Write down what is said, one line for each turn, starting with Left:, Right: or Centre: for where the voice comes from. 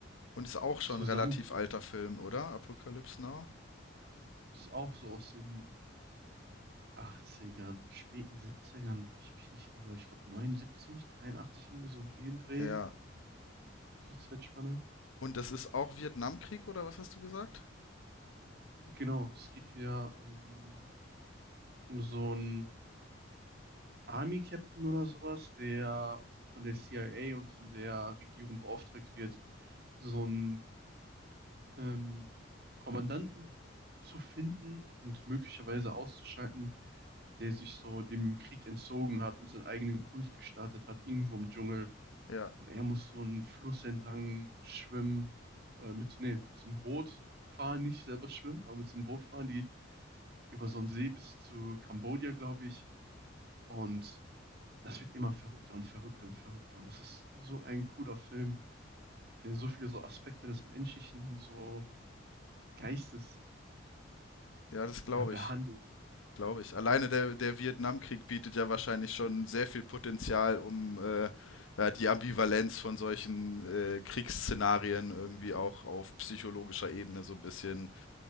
Left: Und ist auch schon
Right: zusammentrifft.
Left: ein relativ alter Film, oder? Apocalypse Now?
Right: Ist auch so aus den achtzigern späten 70 wenn ich mich nicht irre. Ich glaube neunundsiebzig dreiundachtzig irgendwie so um den Dreh,
Left: Ja.
Right: diese Zeitspanne.
Left: Und das ist auch Vietnamkrieg, oder was hast du gesagt?
Right: Genau, es geht hier ähm, um so einen Army-Captain oder sowas, der von der CIA und von der Regierung beauftragt wird, so ein ähm, Kommandanten zu finden und möglicherweise auszuschalten, der sich so dem Krieg entzogen hat und seinen eigenen Kult gestartet hat, irgendwo im Dschungel.
Left: Ja,
Right: Und er muss so einen Fluss entlang schwimmen, äh, mit, nee, mit so einem Boot fahren, nicht selber schwimmen, aber mit so einem Boot fahren, die über so einen See bis zu Kambodscha, glaube ich. Und das wird immer verrückter und verrückter und verrückter. Und das ist so ein cooler Film, der so viele so Aspekte des menschlichen so Geistes
Left: ja, das glaube
Right: ja, behandelt.
Left: ich. Glaube ich. Alleine der, der Vietnamkrieg bietet ja wahrscheinlich schon sehr viel Potenzial, um äh, ja, die Ambivalenz von solchen äh, Kriegsszenarien irgendwie auch auf psychologischer Ebene so ein bisschen